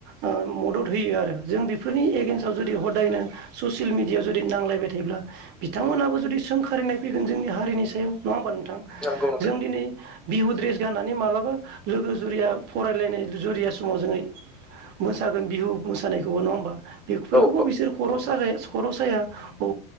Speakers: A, on the right; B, in the centre.
A: ओ मदद होयो आरो जों बिफोरनि एगेन्स्टआव जुदि हदायनो ससियेल मिडियाआव जुदि नांलायबाय थायोब्ला बिथांमोनहाबो जुदि सोंखारिनाय फैगोन जोंनि हारिनि सायाव नङा होमबा नोंथां? जों
B: नंगौ नोंथां नंगौ
A: दिनै बिहु द्रेस गाननानै मालाबा लोगो जुरिया फरायलायनाय जुरिया समाव जोङो मोसागोन बिहु मोसानायखौबो नङा होमबा बेगफोरखौबो
B: औ औ
A: बिसोर खर' स <unintelligible> खर' साया औ।